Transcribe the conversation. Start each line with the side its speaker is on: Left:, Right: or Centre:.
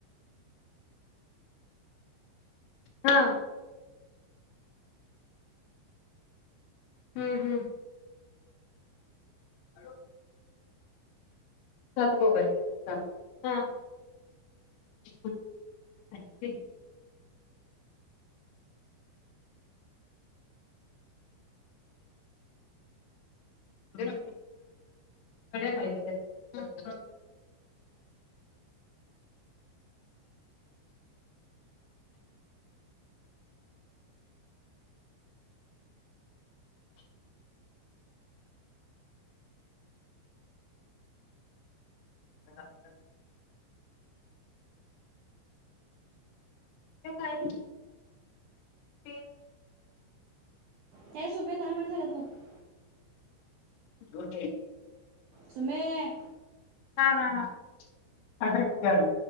Left: हां हम्मं हम्मं हॅलो सात मोबाईल हां थ <unintelligible> बड्यां कायं करतांत हां हां हां ते कायं ते
Right: कायं सुमीत दहा मिनिटं झाल्यां तरं बरं
Left: बोलं की
Right: सुमेये
Left: हां हां हां हांहांट चारुं